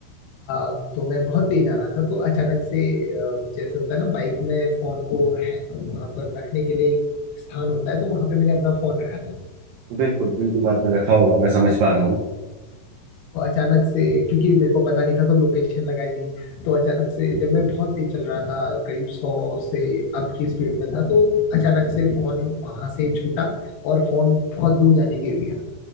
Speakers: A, on the left; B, on the right.
A: आ, तो मैं बहुत तेज आ रहा था तो अचानक से आ, जैसे होता है ना बाइक में फोन को है, वहां पर रखने के लिए एक स्थान होता है तो वहां पे मैंने अपना फोन रखा था
B: बिल्कुल बिल्कुल आपने रखा होगा मैं समझ पा रहा हूँ
A: तो अचानक से क्योंकि मेरे को पता नहीं था तो लोकेशन लगाई थी तो अचानक से जब मैं बहुत तेज चल रहा था करीब सौ से अप की स्पीड में था तो अचानक से फोन वहां से छूटा और फोन बहुत दूर जाके गिर गया